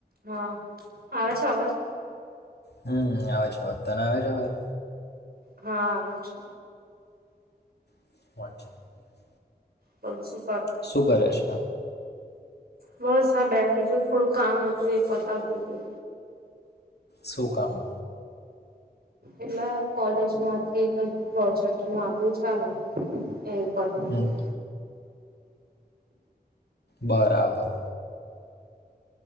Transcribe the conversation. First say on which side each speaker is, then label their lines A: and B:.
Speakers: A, on the right; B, on the left.
A: હા. આવે છે અવાજ?
B: હમ્મ, આવે છે અવાજ. તને આવે છે અવાજ?
A: હા આવે છે.
B: <unintelligible>
A: પાંસો
B: શું કરે છે?
A: બસ અ બેઠી છું, થોડું કામ હતું એ પતાવતી તી.
B: શું કામ?
A: એટલે આ કોલેજમાંથી કંઈક પ્રોજેક્ટ નું આપ્યું છેને એ કરતી
B: હમ
A: તી.
B: બરાબર.